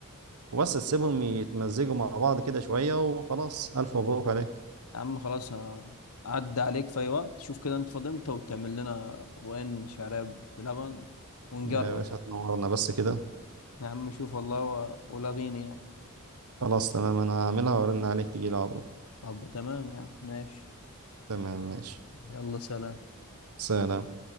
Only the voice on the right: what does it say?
وبس تسيبهم يتمزجوا مع بعض كده شوية وخلاص ألف مبروك عليك
يا باشا تنورنا بس كده
خلاص تمام أنا هعملها وأرن عليك تجيلي على طول
تمام ماشي
سلام